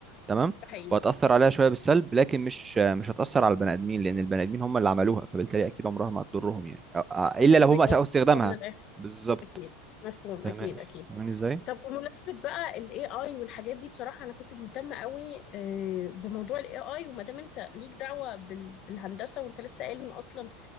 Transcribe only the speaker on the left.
ده حقيقي
هم اللي
بيوصلوها
من الاخر
اكيد مفهوم
اكيد اكيد
طب بمناسبه بقى الاي اي والحاجات دي بصراحه انا كنت مهتمه قوي آه، بموضوع الاي اي وما دام انت ليك دعوه بال- بالهندسه وانت لسه قايل ان اصلا